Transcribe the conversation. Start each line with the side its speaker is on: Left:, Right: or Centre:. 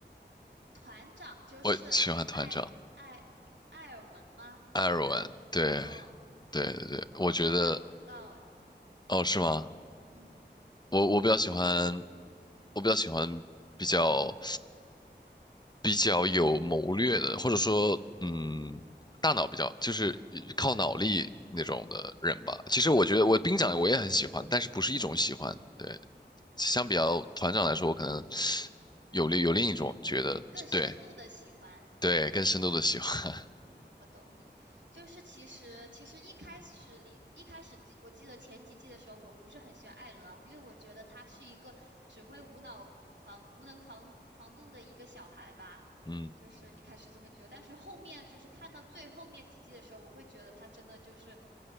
Right: 团长就是艾艾艾尔文吗？
Left: 我喜欢团长艾尔文。
Right: 是，
Left: 对
Right: 嗯，
Left: 对对对，
Right: 哦，
Left: 我觉得。
Right: 我没想到，哎嗯
Left: 哦，是吗？
Right: 嗯
Left: 我我比较喜欢，我比较喜欢比较比较有谋略的，或者说，嗯，大脑比较就是靠脑力那种的人吧。其实我觉得我兵长我也很喜欢，但是不是一种喜欢。
Right: 嗯嗯。
Left: 对，相比较团长来说，
Right: 对。
Left: 我可能有另有另一种觉得，
Right: 就是更深度的喜欢。
Left: 对对，更深度的喜欢。
Right: 嗯，我懂你。就是其实其实一开始里一开始记我记得前几季的时候，我不是很喜欢艾伦啊，因为我觉得他是一个只会无脑狂无能狂狂怒的一个小孩吧。
Left: <laughs> 嗯
Right: 就是一开始这么觉得，但是后面就是看到最后面几季的时候，我会觉得他真的就是，